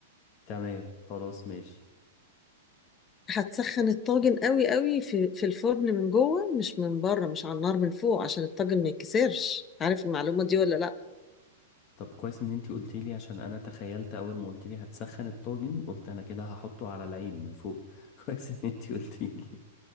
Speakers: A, on the left (about 40°); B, on the left (about 25°).
A: تمام خلاص ماشي
B: هتسخن الطاجن قوي قوي في, في الفرن من جوه مش من بره مش على النار من فوق عشان الطاجن ما يتكسرش عارف المعلومة دي ولا لا
A: طب كويس ان انتي قلتيلي عشان انا تخيلت اول ما قلتيلي هتسخن الطاجن قلت انا كده هحطه على العين من فوق <laughs> كويس ان انتي قلتيلي